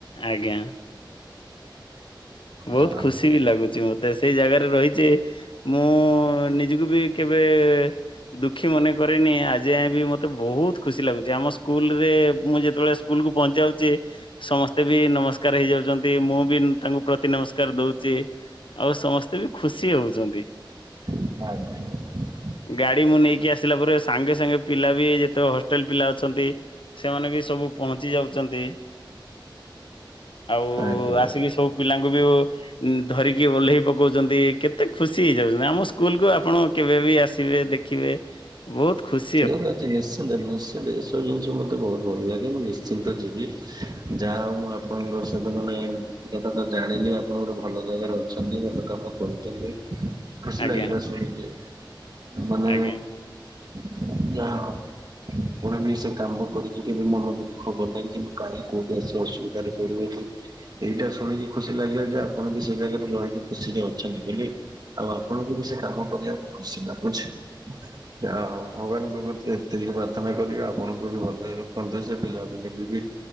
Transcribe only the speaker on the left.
ଆଜ୍ଞା। ବହୁତ୍
ଖୁସି ବି ଲାଗୁଚି ମୋ ସେଇ ଜାଗାରେ ରହିଚି ମୁଁ ନିଜକୁ ବି କେବେ ଦୁ ଦୁଃଖୀ ମନେକରେନି ଆଜି ଯାଏଁ ବି ମୋତେ ବହୁତ୍ ଖୁସି ଲାଗୁଚି। ଆମ ସ୍କୁଲରେ ମୁଁ ଯେତେବେଳେ ସ୍କୁଲକୁୁ ପହଞ୍ଚିଯାଉଚି ସମସ୍ତେ ବି ନମସ୍କାର ହେଇଯାଉଛନ୍ତି। ମୁଁ ବି ତାଙ୍କୁ ପ୍ରତି ନମସ୍କାର ଦଉଚି। ଆଉ ସମସ୍ତେ ବି ଖୁସି ହଉଚନ୍ତି।
ଗାଡି ମୁଁ ନେଇକି ଆସିଲା ପରେ ସାଙ୍ଗେ ସାଙ୍ଗେ ପିଲା ବି ଯେତେବେଳେ ହଷ୍ଟେଲ ପିଲା ଅଛନ୍ତି ସେମାନେ ବି ସବୁ ପହଞ୍ଚି ଯାଉଚନ୍ତି। ଆଉ
ଆସିକି ସବୁ ପିଲାଙ୍କୁ ବି ଓ ଧରିକି ଓହ୍ଲେଇ ପକଉଛନ୍ତି। କେତେ ଖୁସି ହେଇଯାଉଛନ୍ତି। ଆମ ସ୍କୁଲ କୁ ଆପଣ କେବେ ବି ଆସିବେ ଦେଖ୍ ଖିବେ ବହୁତ୍ ଖୁସ୍
ଆଜ୍ଞା
ଆଜ୍ଞା